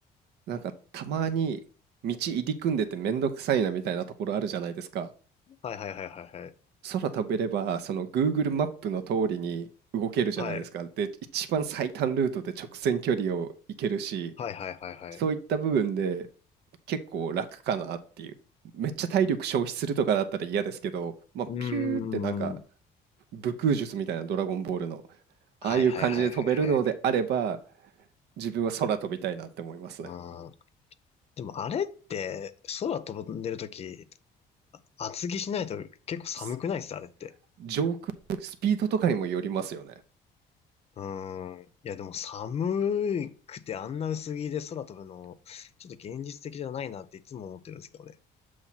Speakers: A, on the right; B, on the left.
A: なんか、たまに道入り組んでてめんどくさいなみたいなところあるじゃないですか。
B: はいはいはいはいはい。
A: 空飛べれば、その Google マップの通りに動けるじゃないですか。
B: はい、
A: で、一番最短ルートで直線距離を行けるし、
B: はいはいはいはい。
A: そういった部分で結構楽かなっていう。めっちゃ体力消費するとかだったら嫌ですけど、まあ、
B: うー
A: ピューってなんか
B: ん。
A: 武空術みたいなドラゴンボールの、
B: はいはいはいはいはい。
A: ああいう感じで飛べるのであれば、自分は空飛びたいなって思いますね。
B: うーん。でもあれって空飛んでるとき厚着しないと結構寒くないですあれって。
A: す上空、スピードとかにもよりますよね。
B: うーん。いや、でも寒くてあんな薄着で空飛ぶの、
A: <laughs>
B: ちょっと現実的じゃないなっていつも思ってるんですけどね。